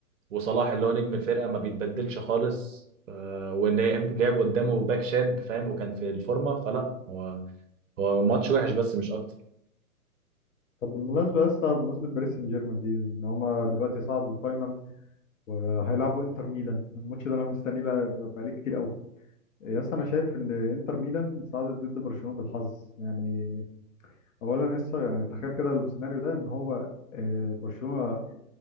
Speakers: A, on the right; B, on the left.
A: وصلاح اللي هو نجم الفرقة ما بيتبدلش خالص آه، ولعب لعب قدامه باك شاب فاهم وكان في الفورمة فلا هو هو ماتش وحش بس مش اكتر
B: طب بالمناسبة يا اسطى بمناسبة باريس سان جيرمان دي ان هم دلوقتي صعدوا الفاينل وهيلعبوا انتر ميلان الماتش ده انا مستنيه بقى بقالي كتير قوي يا اسطى انا شايف ان انتر ميلان صعدت ضد برشلونه بالحظ يعني اولا لسه يعني تخيل كده السيناريو ده ان هو آه، برشلونه